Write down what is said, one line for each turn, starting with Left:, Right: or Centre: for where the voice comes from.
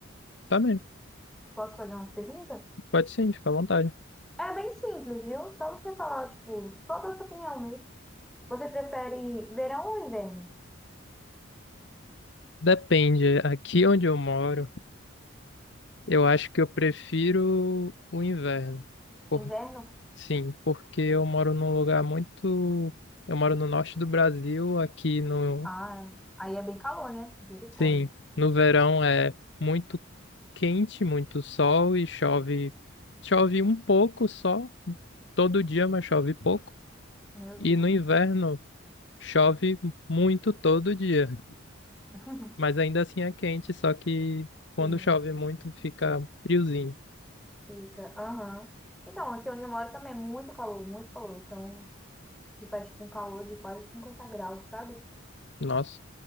Left: tá bem.
Centre: Posso fazer umas perguntas?
Left: Pode sim, fica à vontade.
Centre: É bem simples, viu? Só você falar, tipo, qual é a sua opinião mesmo? Você prefere verão ou inverno?
Left: Depende, aqui onde eu moro, eu acho que eu prefiro o inverno. Por-
Centre: Inverno?
Left: Sim, porque eu moro num lugar muito. Eu moro no norte do Brasil, aqui no.
Centre: Ah, aí é bem calor, né? Misericórdia.
Left: Sim, no verão é muito quente, muito sol e chove. Chove um pouco só, todo dia, mas chove pouco.
Centre: Meu
Left: E
Centre: Deus.
Left: no inverno chove muito todo dia,
Centre: <laughs>
Left: mas ainda assim é quente, só que quando
Centre: Sim,
Left: chove muito fica friozinho.
Centre: fica. Aham. Então, aqui onde eu moro também é muito calor, muito calor. Então, faz, tipo, um calor de quase 50 graus, sabe?
Left: Nossa.